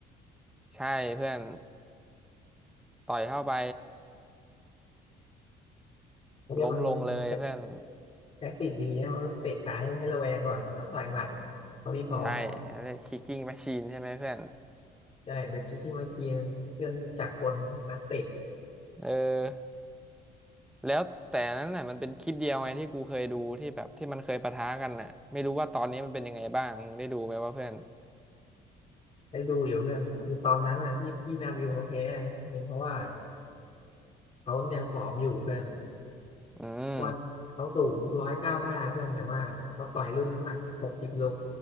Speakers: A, in the centre; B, on the left (about 35°).
A: ใช่เพื่อนต่อยเข้าไป
B: เขาเรียกมันมีฉ
A: ล้มลงเลยเพื่อน
B: แท็กติกดีให้มันเตะขาให้ให้ระแวงก่อนแล้วต่อยหมัดเขาที่ท้อง
A: ใช่อันเรียกคิกกิ้งแมชชีนใช่ไหมเพื่อน
B: ใช่เบรกคิกกิ้งมาชีนเครื่องจักรกลนักเตะ
A: เออแล้วแต่นั้นน่ะมันเป็นคลิปเดียวไงที่กูเคยดูที่แบบที่มันเคยปะทะกันน่ะไม่รู้ว่าตอนนี้มันเป็นยังไงบ้างมึงได้ดูไหมวะเพื่อน
B: ไปดูอยู่เพื่อนคือตอนนั้นอ่ะที่ที่นาบิวเขาแพ้อะเห็นเพราะว่าเขายังผอมอยู่เพื่อน
A: อืม
B: เพราะว่าเขาสูงร้อยเก้าห้าเพื่อนแต่ว่าเขาต่อยรุ่นน้ำหนักหกสิบโล